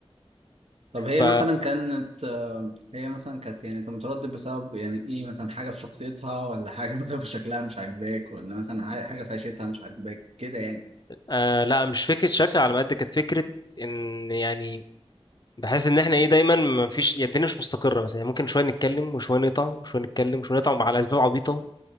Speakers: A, on the right; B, on the left.
A: طب هي
B: ف
A: مثلا كانت آه، هي مثلا كانت يعني انت متردد بسبب يعني ايه مثلا حاجة في شخصيتها ولا حاجة <laughs> مثلا في شكلها مش عاجباك ولا مثلا ع- حاجة في عيشتها مش عاجباك كده يعني
B: آه لا مش فكرة شكل على قد كانت فكرة ان يعني بحس ان احنا ايه دايما ما فيش يعني الدنيا مش مستقرة مثلا يعني ممكن شوية نتكلم وشوية نقطع وشوية نتكلم وشوية نقطع على اسباب عبيطة